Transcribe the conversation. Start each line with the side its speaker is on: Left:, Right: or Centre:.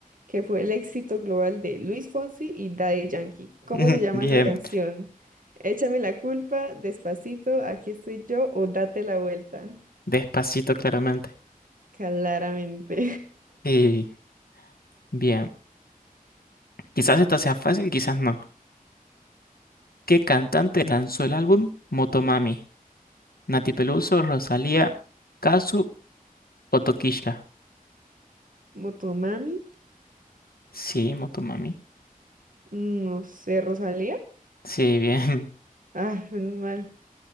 Right: que fue el éxito global de Luis Fonsi y Daddy Yankee. ¿Cómo
Left: <laughs>
Right: se llama
Left: Bien,
Right: esa canción? Échame la culpa, Despacito, Aquí estoy yo o Date la vuelta.
Left: despacito claramente.
Right: Claramente.
Left: Y bien, quizás esta sea fácil, quizás no. ¿Qué cantante lanzó el álbum Motomami? Nati Peluso, Rosalía, Kazu o Tokishka.
Right: <laughs> Motomami,
Left: Sí, Motomami.
Right: no sé, Rosalía.
Left: Sí, bien. <laughs>
Right: Ah, menos mal.